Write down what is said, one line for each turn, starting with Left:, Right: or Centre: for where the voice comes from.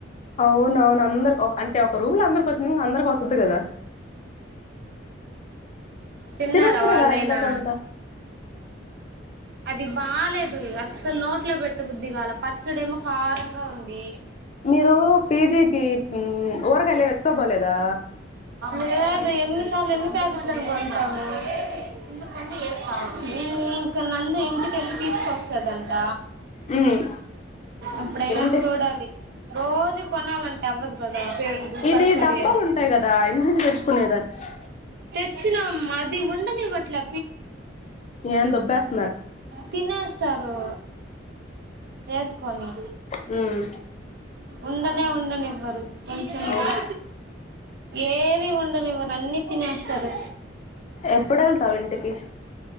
Left: అవునవును అందరు అంటే ఒక రూమ్ లో అందరు వచ్చిన్ అందరికీ వస్తుద్ధి కదా
Right: తిన్నారా
Left: తినొచ్చు కదా
Right: వాళ్ళైనా
Left: ఎంతో కొంత
Right: అది బాలేదు అస్సలు నోట్లో పెట్ట బుద్దిగాల పచ్చడేమో కారంగా ఉంది.
Left: మీరు పీజీకి ఊరగాయలేం ఎత్తుకోపోలేదా
Right: లేదు ఎన్నిసార్లు ఎన్ని ప్యాకెట్లు అని కోన్ కొంటాము మ్మ్ మ్మ్ నందు ఇంటికెళ్ళి తీసుకొస్తదంట
Left: మ్మ్
Right: ఎప్పుడైనా
Left: ఏంటి
Right: చూడాలి రోజు కొనాలంటే అవ్వదు గదు పెరుగు
Left: ఇది
Right: పచ్చడి
Left: డబ్బాలు ఉంటాయి కదా ఇంటి నుంచి తెచ్చుకునేదాన్ని
Right: చ్చినామ్మ అది ఉండనివ్వట్లే
Left: ఏందోబ్బెస్
Right: తినే సారు ఎస్ కొని
Left: హ్మ్మ్
Right: ఉండనే ఉండనివ్వరు కొంచం
Left: అవును
Right: కూడా ఏవి ఉండనివ్వరు అన్ని తినేస్తారు.
Left: ఎప్పుడు వెళ్తావు ఇంటికి